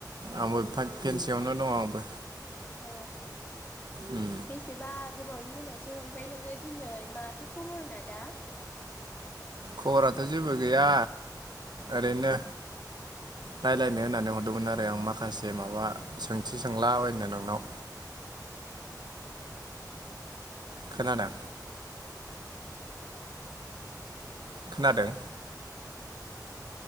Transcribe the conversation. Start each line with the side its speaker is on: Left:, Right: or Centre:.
Right: आंबो फेनसेयावनो दङ आंबो।
Left: अ
Right: उम
Left: बेसेबा गोबावनि उनावसो हरबाय नोङो दिनै माथो खबरमोन आदा?
Right: खबराथ' जेबो गैया ओरैनो रायज्लायनो होननानै हरदोंमोन आरो आं माखासे माबा सोंथि सोंलाबायनो नोंनाव? खोनादों? खोनादों?